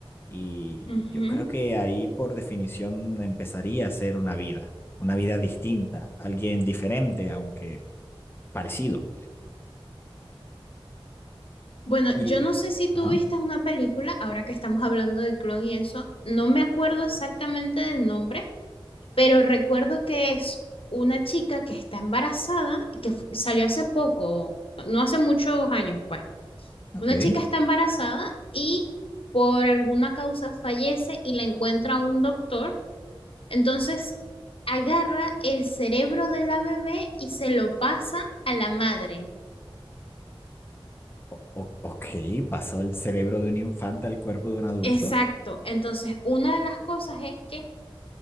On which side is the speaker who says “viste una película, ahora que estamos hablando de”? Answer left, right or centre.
Left